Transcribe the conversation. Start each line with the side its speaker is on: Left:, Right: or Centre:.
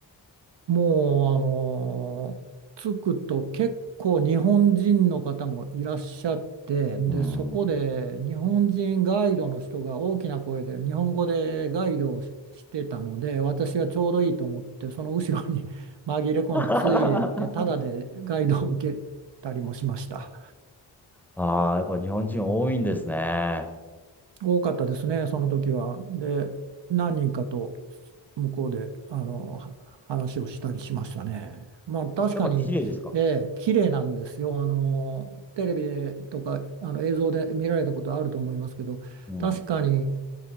Right: もう、あの着くと結構日本人の方もいらっしゃって、で、
Centre: うん。
Right: そこで日本人ガイドの人が大きな声で日本語でガイドをし、してたので、私はちょうどいいと思って、その後ろに <laughs> 紛れ込んでついでいって、
Centre: <laughs>
Right: ただでガイドを受けたりもしました。
Centre: ああ、やっぱ日本人多いんですね。
Right: 多かったですね、その時は。で、何人かと向こうであのは話をしたりしましたね。まあ確かに、
Centre: やっぱ綺麗ですか
Right: ええ、綺麗なんですよ。あのテレビでとかあの映像で見られたことあると思いますけど、
Centre: うん。
Right: 確かに、